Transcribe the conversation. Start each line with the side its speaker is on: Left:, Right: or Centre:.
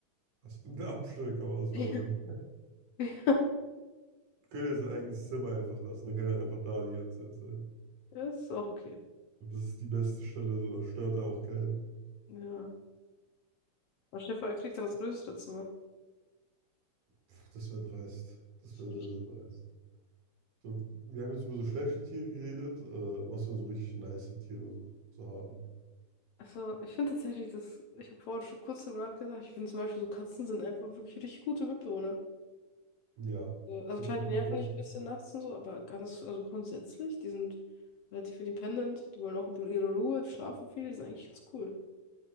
Right: Was in der Abstellkammer das wäre
Left: <laughs>
Right: mal gemeint.
Left: Ja,
Right: Wir können <laughs> ja sein eigenes Zimmer einfach lassen. Dann kann er einfach da die ganze Zeit sein.
Left: Ja, ist auch okay.
Right: Und das ist die beste Stelle, so, da stört er auch keinen.
Left: Ja. Aber Stefan, er kriegt dann das größere Zimmer.
Right: Puh, das wäre dreist. Das wäre
Left: Für dich.
Right: sehr, sehr dreist. So, wir haben jetzt über so schlechte Tiere geredet. Äh, was denn so richtig nice Tiere so zu haben.
Left: Also, ich finde tatsächlich, dass, ich habe vorhin schon kurz darüber nachgedacht, ich finde zum Beispiel so Katzen sind einfach wirklich richtig gute Mitbewohner.
Right: Ja,
Left: So,
Right: ich
Left: Also
Right: glaube,
Left: klar,
Right: die
Left: die
Right: werden
Left: nerven
Right: relativ.
Left: dich ein bisschen nachts und so, aber ganz, also grundsätzlich, die sind relativ independent, die wollen auch ihre ihre Ruhe, die schlafen viel, die sind eigentlich ganz cool.